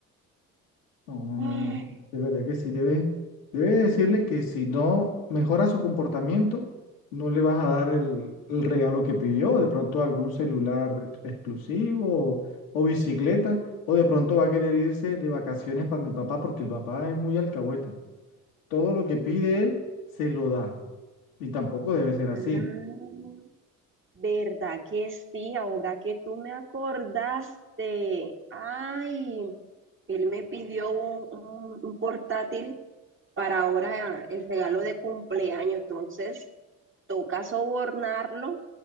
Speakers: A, on the left (about 80°); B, on the right (about 30°).
A: No, no,
B: Ay,
A: no, no. De verdad que sí, debe, debe decirle que si no mejora su comportamiento, no le vas a dar el, el regalo que pidió. De pronto algún celular exclusivo o, bicicleta. O de pronto va a querer irse de vacaciones para el papá porque el papá es muy alcahueta. Todo lo que pide él se lo da. Y tampoco debe ser así.
B: ah, ¿verdad que sí? Ahora que tú me acordaste. Ay, él me pidió un, un- un portátil para ahora el regalo de cumpleaños. Entonces, toca sobornarlo,